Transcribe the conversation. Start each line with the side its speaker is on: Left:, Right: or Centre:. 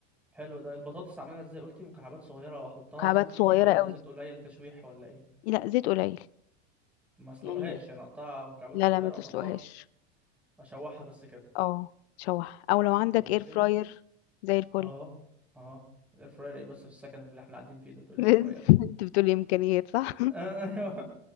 Centre: حلو ده البطاطس اعملها ازاي قلتي مكعبات صغيرة واحطها
Left: مكعبات
Centre: في زيت كتير
Left: صغيره
Centre: ولا
Left: قوي
Centre: زيت قليل تشويح ولا ايه
Left: لا زيت قليل
Centre: ما اسلقهاش
Left: يعني
Centre: يعني اقطعها مكعبات
Left: لا
Centre: صغيرة
Left: لا ما تسلقهاش
Centre: واحطها في اشوحها بس كده
Left: اه شوح او
Centre: و-
Left: لو عندك
Centre: وبعد
Left: اير
Centre: كده
Left: فراير زي الفل
Centre: اه اه اير فراير ايه بس في السكن اللي احنا قاعدين فيه ده تقول
Left: <laughs>
Centre: لي اير فراير <laughs>
Left: انت بتقولي امكانيات صح
Centre: ايوه